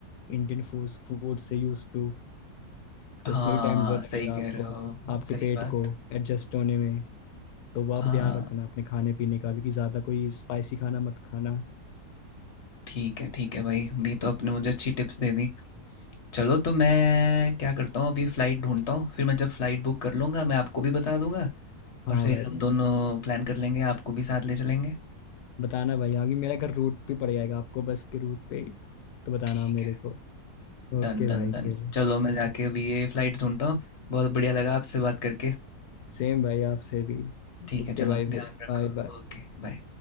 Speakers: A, on the left; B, on the left.
A: इंडियन फूड फूड से यूज टू तो
B: हाँ
A: उसमें भी टाइम थोड़ा लगेगा
B: सही
A: आपको
B: कह रहे हो
A: आपके
B: सही
A: पेट
B: बात
A: को एडजस्ट होने में तो वो आप
B: हाँ
A: ध्यान रखना अपने खाने पीने का भी कि ज़्यादा कोई स्पाइसी खाना मत खाना
B: ठीक है ठीक है भाई भी तो आपने मुझे अच्छी टिप्स दे दी चलो तो मैं क्या करता हूँ अभी फ़्लाइट ढूंढता हूँ फिर मैं जब फ़्लाइट बुक कर लूँगा मैं आपको भी बता दूंगा
A: हाँ
B: और फिर
A: भाई
B: हम दोनों प्लान कर लेंगे आपको भी साथ ले चलेंगे
A: बताना भाई आगे मेरा घर रूट पे पड़ जाएगा आपको बस के रूट पे ही तो बताना
B: ठीक
A: आप मेरे
B: है
A: को
B: डन
A: ओके भाई
B: डन डन
A: फिर
B: चलो मैं जाके अभी ये फ़्लाइट ढूंढता हूँ बहुत बढ़िया लगा आपसे बात करके
A: सेम भाई आपसे भी
B: ठीक
A: ओके
B: है चलो
A: भाई
B: ध्यान
A: फिर
B: रखो
A: बाय बाय
B: Okay bye